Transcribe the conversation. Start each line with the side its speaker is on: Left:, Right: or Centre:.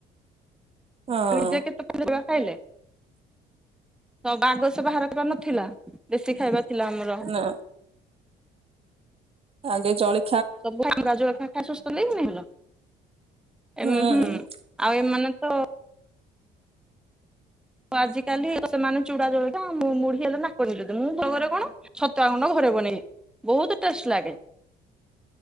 Right: ହଁ
Centre: <unintelligible> <unintelligible> ବାଗସ ବାହାର ନଥିଲା ବେଶୀ ଖାଇବା ଥିଲାମର
Right: ନା ଆଜ୍ଞା ଚଳି
Centre: ସବୁ <unintelligible> ଖା ସୁସ୍ଥ ଲାଗନ
Right: ହୁଁ
Centre: ହେ ଆଉ ଏମାନେ ତ ଆଜିିକାଲି ସେମାନେ ଚୁଡ଼ା ଜଳଖିଆ ମୁଢି ହେଲେ ନାକ ନିଦ ମୁଁ ଘରେ କଣ। ଛଟୁଆ ଗୁଣ୍ଡ ଘରେ ବନେଇି ବହୁତ ଟେଷ୍ଟ ଲାଗେ